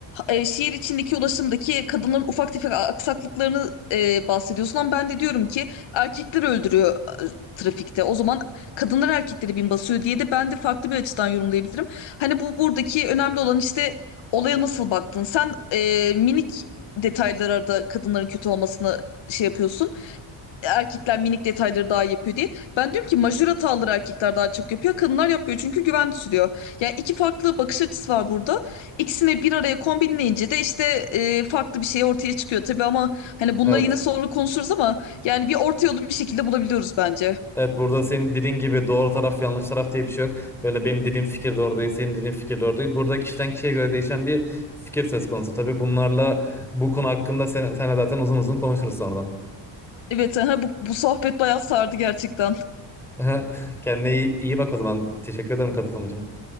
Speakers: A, on the left; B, in the centre.
A: e, şehir içindeki ulaşımdaki kadınların ufak tefek aksaklıklarını e, bahsediyorsun ama ben de diyorum ki erkekler öldürüyor e, trafikte. O zaman kadınlar erkekleri bin basıyor diye de ben de farklı bir açıdan yorumlayabilirim. Hani bu buradaki önemli olan işte olaya nasıl baktın? Sen e, minik detaylara da kadınların kötü olmasını şey yapıyorsun erkekler minik detayları daha iyi yapıyor diye. Ben diyorum ki majör hataları erkekler daha çok yapıyor. Kadınlar yapmıyor çünkü güven sürüyor. Yani iki farklı bakış açısı var burada. İkisini bir araya kombinleyince de işte e, farklı bir şey ortaya çıkıyor tabii ama hani bunları
B: Evet.
A: yine sonra konuşuruz ama yani bir orta yolu bir şekilde bulabiliyoruz bence.
B: Evet burada senin dediğin gibi doğru taraf yanlış taraf diye bir şey yok. Böyle benim dediğim fikir doğru değil, senin dediğin fikir doğru değil. Burada kişiden kişiye göre değişen bir fikir söz konusu. Tabii bunlarla bu konu hakkında sen, senle zaten uzun uzun konuşuruz sonradan.
A: Evet, aha, bu, bu sohbet bayağı sardı gerçekten.
B: <laughs> Kendine iyi, iyi bak o zaman. Teşekkür ederim katılım için.